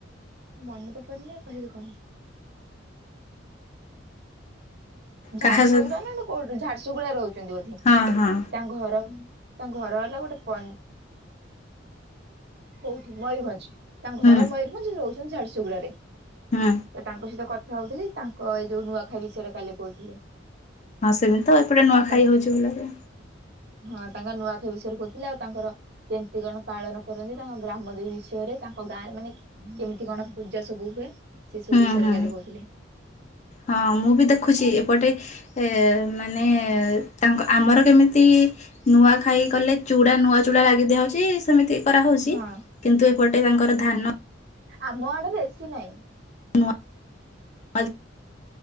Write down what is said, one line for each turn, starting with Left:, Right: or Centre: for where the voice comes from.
Right: ମନେ ତ ପଡୁନି ଆଉ କହିବି କଣ। ଝାରସୁଗୁଡା
Left: କାହା ସହ
Right: ନା ଏମତି କୋଉଠି ଝାରସୁଗୁଡାରେ ରହୁଛନ୍ତି ବୋଧେ।
Left: ହଁ ହଁ
Right: ତା ଘର ତାଙ୍କ ଘର ହେଲା ଗୋଟେ ପନ୍ କୋଉଠି ମୟୂରଭଞ୍ଜ ତାଙ୍କ
Left: ହୁଁ
Right: ଘର ମୟୂରଭଞ୍ଜ ସେ ରହୁଛନ୍ତି ଝାରସୁଗୁଡାରେ।
Left: ହୁଁ।
Right: ଏ ତାଙ୍କ ସହିତ କଥା ହଉଥିଲି, ତାଙ୍କ ଏଇ ଯୋଉ ନୂଆଖାଇ ବିଷୟରେ କାଲି କହୁଥିଲେ।
Left: ହଁ ସେମିତି ତ ଏପଟେ ନୂଆ
Right: ତାଙ୍କ
Left: ଖାଇ ହଉଚି ଭଲରେ।
Right: ହଁ ତାଙ୍କ ନୂଆଖାଇ ବିଷୟରେ କହୁଥିଲେ ଆଉ ତାଙ୍କର କେମିତି କଣ ପାଳନ କରନ୍ତି ତାଙ୍କ ଗ୍ରାମଦେବୀ ବିଷୟରେ ତାଙ୍କ ଗାଁରେ ମାନେ କେମିତି କଣ ପୂଜା ସବୁ ହୁଏ ସେ ସବୁ
Left: ହୁଁ
Right: ବିଷୟରେ
Left: ହୁଁ
Right: କାଲି କହୁଥିଲେ।
Left: ହଁ ମୁଁ ବି ଦେଖୁଚି ଏପଟେ ଏ ମାନେ ତାଙ୍କ ଆମର କେମିତି ନୂଆଖାଇ କଲେ ଚୁଡା ନୂଆ ଚୁଡା ଲାଗି ଦିଆହଉଚି ସେମିତି କରାହଉଚି।
Right: ହଁ
Left: କିନ୍ତୁ ଏପଟେ ତାଙ୍କର ଧାନ
Right: ଆମ ଆଡେ ବେଶୀ ନାହିଁ।
Left: ନୂଆ <unintelligible>